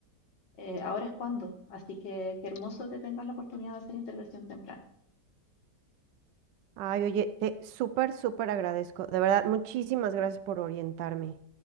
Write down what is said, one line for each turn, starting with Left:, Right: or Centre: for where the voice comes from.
Left: eh, ahora es cuando. Así que qué hermoso que tengas la oportunidad de hacer intervención temprana.
Right: Ay, oye, te súper, súper agradezco. De verdad, muchísimas gracias por orientarme.